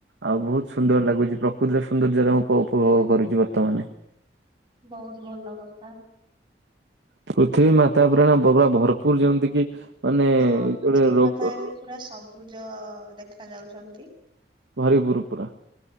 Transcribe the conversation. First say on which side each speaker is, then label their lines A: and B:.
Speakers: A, on the right; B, on the right.
A: ଆଉ ବହୁତ ସୁନ୍ଦର ଲାଗୁଛି ପ୍ରକୃତିର ସୌନ୍ଦର୍ଯ୍ୟର ଉପଭୋଗ କରୁଛି ବର୍ତ୍ତମାନ
B: ବହୁତ ଭଲ କଥା।
A: ପୃଥିବୀ ମାତା ପରାଣ ବବ ଭରପୁର ଯେମତି କିି ମାନେ
B: ହଁ ପୃଥିବୀ
A: ଗୋଟେ ରୋଗ
B: ମାତା ଏବେ ପୁରା ସବୁଜ ଦେଖା ଯାଉଛନ୍ତି।
A: ଭାରିିବୁର ପୁରା